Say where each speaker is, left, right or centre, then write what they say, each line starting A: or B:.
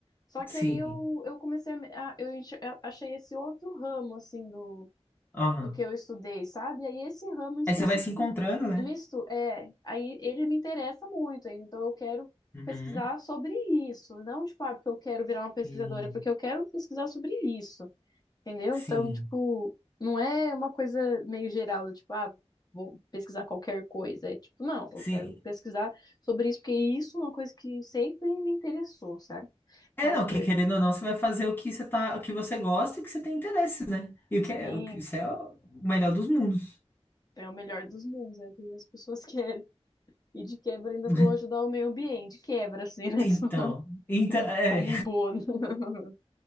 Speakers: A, on the left; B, on the left.
A: Só que
B: Sim.
A: aí eu, eu comecei a, eu enche- a- achei esse outro ramo, assim, do,
B: Aham.
A: do que eu estudei, sabe? Aí esse ramo em específico,
B: Aí você vai se encontrando, né?
A: misto, é, aí ele me interessa muito, aí então eu quero
B: Uhum.
A: pesquisar sobre isso, não, tipo, ah, porque eu quero virar uma pesquisadora,
B: E
A: é porque eu quero pesquisar sobre isso. Entendeu?
B: sim.
A: Então, tipo, não é uma coisa meio geral, do tipo, ah, vou pesquisar qualquer coisa. É tipo, não, eu
B: Sim.
A: quero pesquisar sobre isso, porque isso é uma coisa que sempre me interessou, sabe?
B: É,
A: Mas,
B: não,
A: pô,
B: que querendo ou não, você vai fazer o que você tá, o que você gosta e o que você tem interesse, né? E o
A: sim,
B: que é, o que, isso é o melhor dos mundos.
A: é o melhor dos mundos, é o que as pessoas <laughs> querem. E de quebra
B: <laughs>
A: ainda vou
B: né?
A: ajudar o meio ambiente, de quebra, assim, né?
B: Então,
A: <laughs>
B: então,
A: um-
B: é,
A: Como um bônus. <laughs>